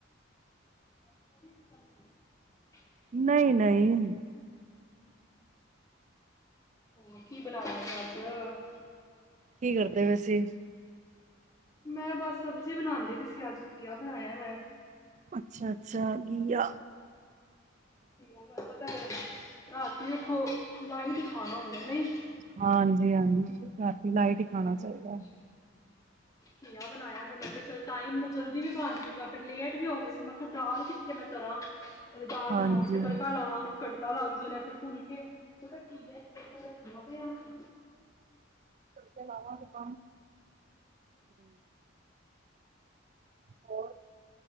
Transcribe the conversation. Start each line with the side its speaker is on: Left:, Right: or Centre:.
Left: <inaudible>
Right: ਨਹੀਂ-ਨਹੀਂ
Left: ਹੋਰ ਕੀ ਬਣਾਯਾ ਜੇ ਅਜ ਸੀ ਆੱਜ?
Right: ਕੀ ਕਰਦੇ ਵੇ ਸੀੇ?
Left: ਮੈਂ ਬਸ ਸਬਜ਼ੀ ਬਣਾਉਂਦੀ ਪੀ ਸੀ ਅੱਜ ਘੀਆ ਬਣਾਇਆ ਹੋਯਾ।
Right: ਅੱਛਾ-ਅੱਛਾ ਗੀਆ।
Left: ਘੀਆ ਮੈਨ ਪਤਾ ਰਾਤੀ ਵੇਖੋ, ਲਾਈਟ ਖਾਣਾ ਹੁੰਦੈ ਨਹੀਂ।
Right: ਹਾਂ ਹਾਂਜੀ- ਹਾਂਜੀ ਰਾਤੀ ਲਾਈਟ ਖਾਣਾ ਚਾਹੀਦੈ।
Left: ਬਸ ਫਿਰ ਘੀਆ ਬਣਾਇਆ, ਫਿਰ ਮੈਂ ਕਿਹਾ ਚੱਲ ਟਾਈਮ ਜਲਦੀ ਵੀ ਬਣ ਜੇਗਾ। ਫਿਰ ਲੇਟ ਵੀ ਹੋ ਗਏ ਤੇ ਮੈਂ ਕਿਹਾ ਦਾਲ ਕਿੱਥੇ ਮੈਂ ਧਰਾਂ ਪਹਿਲੇ ਦਾਲ
Right: ਹਾਂਜੀ
Left: ਬਣਾਵਾਂਗੀ ਫਿਰ ਤੜਕਾ ਲਾਵਾਂਗੇ ਘੰਟਾ ਲੱਗ ਜਾਣਾ ਫੇਰ ਫੁਲਕੇ <inaudible> ਕੀਦਾ ਕੀ ਵਪਿਆ ਸੀ।
Right: <inaudible> ਹੂੰ <inaudible> ਹੋਰ